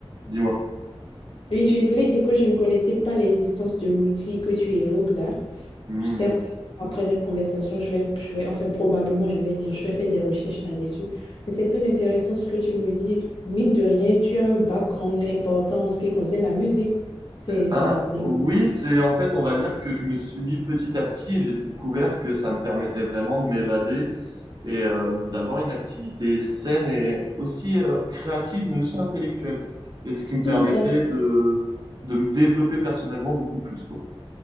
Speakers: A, on the right; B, on the left.
A: dis-moi.
B: Oui, je voulais dire que je ne connaissais pas l'existence de l'outil que tu évoques là.
A: Hmm.
B: Certainement, après notre conversation, je vais, je vais, enfin, probablement, je vais dire, je vais faire des recherches là-dessus. Mais c'est très intéressant ce que tu me dis. Mine de rien, tu as un background important en ce qui concerne la musique. C'est,
A: Ah,
B: c'est, c'est
A: oui, c'est en fait, on va dire que je me suis mis petit à petit et j'ai découvert que ça me permettait vraiment de m'évader et euh, d'avoir une activité saine et aussi euh, créative, mais aussi intellectuelle. Et ce qui me permettait
B: Tout à fait.
A: de, de me développer personnellement beaucoup plus, quoi.